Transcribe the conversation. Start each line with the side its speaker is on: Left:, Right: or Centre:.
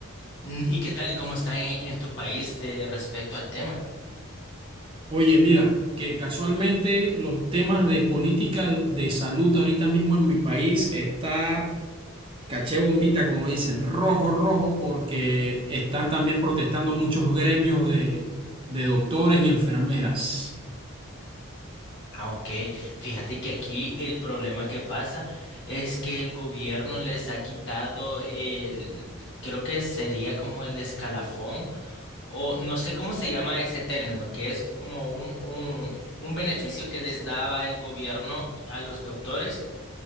Left: Mm, ¿Y qué tal? ¿Cómo está en, en tu país de respecto al tema?
Right: Oye, mira, que casualmente los temas de política de salud ahorita mismo en mi país está caché bombita, como dicen, rojo, rojo, porque están también protestando muchos gremios de, de doctores y enfermeras.
Left: Ah, ok. Fíjate que aquí el problema que pasa es que el gobierno les ha quitado el, creo que sería como el escalafón. o no sé cómo se llama ese término, que es como un, un, un beneficio que les daba el gobierno a los doctores,